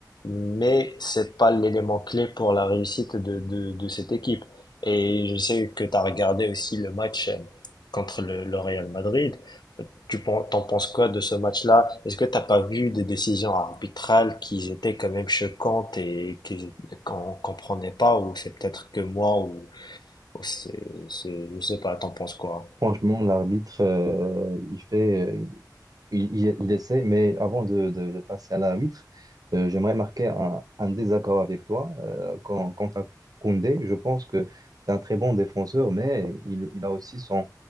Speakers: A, on the left; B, on the right.
A: mais c'est pas l'élément clé pour la réussite de, de, de cette équipe. Et je sais que tu as regardé aussi le match euh, contre le, le Real Madrid. Tu pen- t'en penses quoi de ce match-là? Est-ce que t'as pas vu des décisions arbitrales qui étaient quand même choquantes et qui- qu'on comprenait pas, ou c'est peut-être que moi, ou, ou c'est, c'est- je sais pas, t'en penses quoi?
B: Franchement, l'arbitre, euh, il fait, euh, il, il- il essaie, mais avant de, de- de passer à l'arbitre, euh, j'aimerais marquer un, un désaccord avec toi. Euh, quand, quant à Koundé, je pense que c'est un très bon défenseur, mais il, il a aussi son